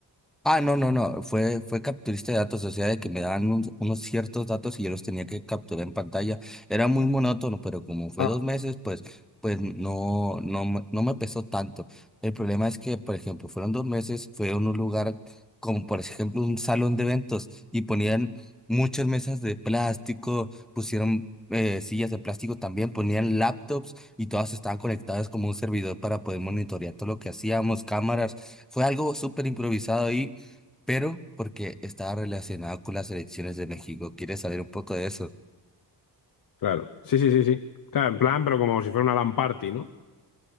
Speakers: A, in the centre; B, on the left.
A: Ah, no, no, no, fue, fue capturista de datos, o sea, de que me daban un- unos ciertos datos y yo los tenía que capturar en pantalla. Era muy monótono, pero como fue
B: Ah.
A: dos meses, pues, pues no, no, me- no me pesó tanto. El problema es que, por ejemplo, fueron dos meses, fue en un lugar como, por ejemplo, un salón de eventos y ponían muchas mesas de plástico, pusieron eh, sillas de plástico también, ponían laptops y todas estaban conectadas como un servidor para poder monitorear todo lo que hacíamos, cámaras. Fue algo súper improvisado ahí pero porque estaba relacionado con las elecciones de México. ¿Quieres saber un poco de eso?
B: Claro, sí, sí, sí, sí. Claro, en plan, pero como si fuera una LAN party, ¿no?